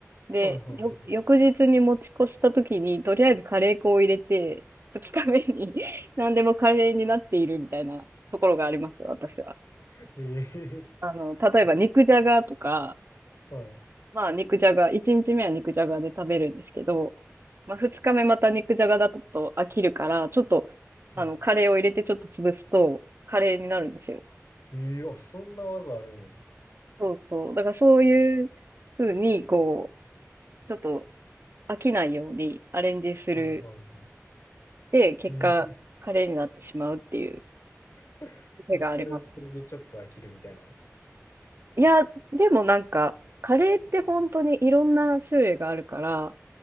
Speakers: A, on the right; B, on the left.
A: で、
B: はいはいは
A: よ、翌日に持ち越した時に、とりあえずカレー粉を入れて、二日目に <laughs> 何でもカレーになっているみたいなところがありますよ、私は。
B: い。<laughs> ええ。
A: あの、例えば肉じゃがとか、
B: <laughs> あはい。
A: まあ、肉じゃが、1日目は肉じゃがで食べるんですけど、まあ、2日目また肉じゃがだと飽きるから、ちょっと、あの、
B: も
A: カレーを入れてちょっと潰すと、カレーになるんですよ。
B: う、ええあ、そんな技あるんや。
A: そうそう。だからそういう風に、こう、ちょっと飽きないようにアレンジする。
B: はいはいはい。
A: で、結果、
B: ええ
A: カレーになってしまうっていう
B: <laughs>
A: 癖があります。
B: あ、それはそれでちょっと飽きるみたいな。
A: いや、でもなんか、カレーって本当にいろんな種類があるから、